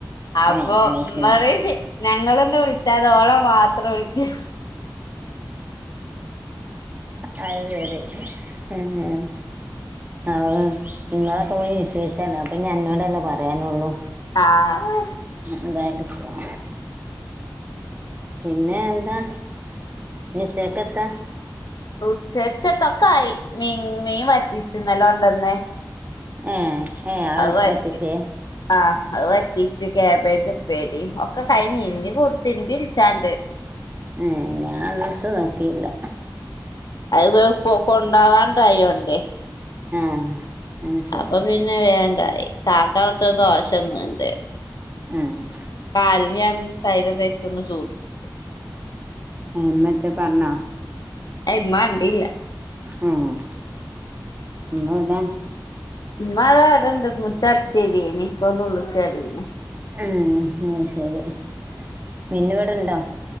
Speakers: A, on the left; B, on the right.
A: അപ്പൊ
B: ഏ അത് ശരി
A: മ് <unintelligible> ഞങ്ങള് ഇന്നെ വിളിച്ചാതെ ഓളെ മാത്രം വിളിച്ച്
B: അത് ശര് ഏഹ് ആഹ് നിങ്ങളൊക്കെ പോയി നിശ്ചയിച്ചന്നെ പിന്നെ അന്നോടല്ലേ പറയാനുള്ളു
A: ആഹ്
B: എന്തായിരിക്കും പിന്നെ എന്താ? ഇന്ന് ഉച്ചേക്കത്തെ
A: ഉച്ചക്കത്തൊക്കെ ആയി മീൻ മീൻ വറ്റിച്ചു ഇന്നലെ കൊണ്ടന്നെ
B: ഏ ഏ അവൾ
A: അത് വറ്റി
B: എത്തിച്ചേ
A: ആഹ് അത് വറ്റ് റ്റിച്ച് കാബേജ് ഉപ്പേരി ഒക്കെ കഴിഞ്ഞ് ഇനി തിരുമ്പി കുളിച്ചാണ്ട്
B: ഏഹ് ഞാൻ ഇന്നത്തെ നോക്കീയില്ല
A: അത് ഇവ പൊ കൊണ്ടോവാൻ ഇണ്ടായോണ്ടെ
B: ആഹ് അത് ശരി
A: അപ്പൊ പിന്നെ വേണ്ടായി കാക്ക <unintelligible> ദോശന്ന്ണ്ട്
B: ഏഹ്
A: കാലിന് ഞാൻ തൈലം തേച്ച് ഒന്ന് ചൂട് പിടിക്കാ
B: ഏഹ് <unintelligible> പറഞ്ഞോ?
A: അയ് ഇമ്മ കണ്ടീല്ല
B: ആഹ് ഉമ്മ എവിടെ?
A: ഉമ്മ ഇതാ ഇവടെണ്ട് മുറ്റം അടിച്ച് വാരേനി ഇപ്പ ഇതാ ഉള്ള് കേറീന്
B: ഏഹ് അത് ശരി മിന്നു ഇവിടെണ്ടോ?